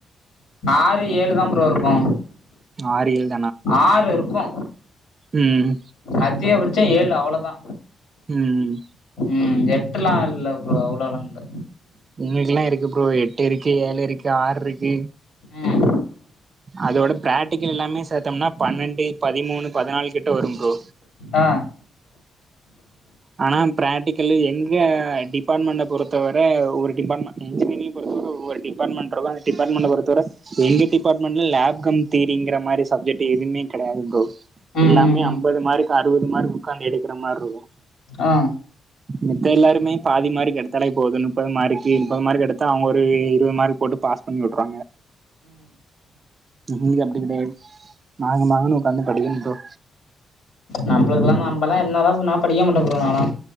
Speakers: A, on the left; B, on the right.
A: ஆறு ஏழு தா ப்ரோ இருக்கு
B: ஆறு ஏழ்
A: ஆறு இருக்கு
B: ம்
A: அதிகபட்சோ ஏழு அவ்ளோதா
B: ம்
A: ம் எட்டுலா இல்ல ப்ரோ அவ்ளோலா இல்ல
B: உங்ளுக்குலா எதுக்கு ப்ரோ எட்டு இருக்கு ஏழு இருக்கு ஆறுருக்கு
A: ம்.
B: அதோட பிராக்டிகல் எல்லாமே சேர்த்தோம்னா பன்னன்டு பதிமூணு பதினாலு கிட்ட வரு ப்ரோ
A: ஆ
B: ஆனா பிராக்டிகல்லு எங்க டிபார்ட்மெண்ட பொறுத்தவர ஒரு டிபார்ட்மெண்ட் இன்ஜினிரிங் பொறுத்தவர ஒரு டிபார்ட்மெண்ட்ருக்கு அந்த டிபார்ட்மெண்ட பொறுத்தவர எங்க டிபார்ட்மெண்ட்ல லேப் கம் தியரிங்ற மாரி சப்ஜெக்ட் எதுமே கெடயாது ப்ரோ
A: ம்,
B: எல்லாமே
A: ம், ம்.
B: ஐம்பது மார்க் அறுவது மார்க் உக்காந்து எடுக்இற மாரி இருக்கு
A: ஆ
B: மித்த எல்லாருமே பாதி மார்க் எடுத்தாலே போது நுப்பது மார்க் மநுப்பது மார்க் எடுத்தா அவங்க ஒரு இருவது மார்க் போட்டு பாஸ் பண்ணி வுட்றாங்க இங்க அப்டி கெடயாது மாங்கு மாங்குன்னு உக்காந்து படிக்கனு ப்ரோ
A: நம்மளுக்கெல்லா நம்பலா என்னதா சொன்னாலு படிக்க மாட்ட ப்ரோ நால்லா